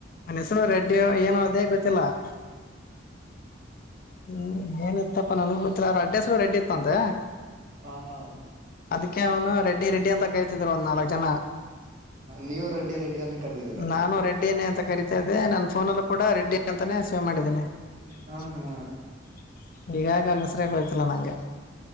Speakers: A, on the left; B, on the right.
A: ಹೆಸರು ರೆಡ್ಡಿ ಏನೋ ಅದೇ <unintelligible> ಹ್ಮ್ ಏನಿತ್ತಪ್ಪ ನನ್ಗ ಗೊತ್ತಿಲ್ಲ ಅವ ಅಡ್ರೆಸ್ ರೆಡಿ ಇತ್ತ್ ಅಂತೆ
B: ಹ ಹಾ
A: ಅದಕ್ಕೆ ಅವ್ನಾ ರೆಡ್ಡಿ ರೆಡ್ಡಿ ಅಂತ ಕೇರಿತಿದ್ರು ಒಂದ ನಾಲಕ್ ಜನ
B: ನೀವು ರೆಡ್ಡಿ ರೆಡ್ಡಿ ಅಂತ ಕರೆದಿದೀರ
A: ನಾನು ರೆಡ್ಡನೇ ಅಂತ ಕರಿತಾ ಇದ್ದೆ ನನ್ನ ಪೊನಲ್ಲೂ ಕೂಡ ರೆಡ್ಡಿ <unintelligible> ಅಂತಾನೇ ಸೇವ್ ಮಾಡಿದ್ದೀನಿ <unintelligible>
B: ಹಾ ಹಾ
A: ಅವ್ನ್ ಹೆಸ್ರೆ ಗೊತ್ತಿಲ್ಲ ನಂಗೆ